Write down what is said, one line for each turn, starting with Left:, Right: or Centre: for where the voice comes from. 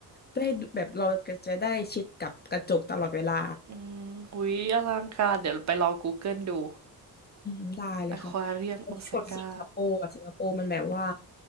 Left: ได้แบบเราก็จะได้ชิดกับกระจกตลอดเวลา
Right: อืมอุ๊ยอลังการเดี๋ยวไปลอง Google ดู
Left: อืมได้เลยค่ะ
Right: อควาเรียมโอซาก้า
Left: แต่ที่กดสิงคโปร์อะสิงคโปร์มันแบบว่า